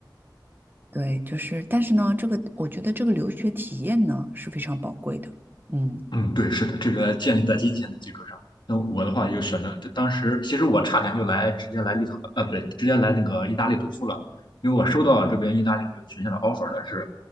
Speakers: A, on the right; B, on the left.
A: 对，就是，但是呢，这个我觉得这个留学体验呢是非常宝贵的。嗯。
B: 嗯，对，是的，这个建立在金钱的基础上。那我的话又选择，这当时其实我差点就来直接来立陶，呃，不对，直接来那个意大利读书了，因为我收到这边意大利这个学校的 offer，的是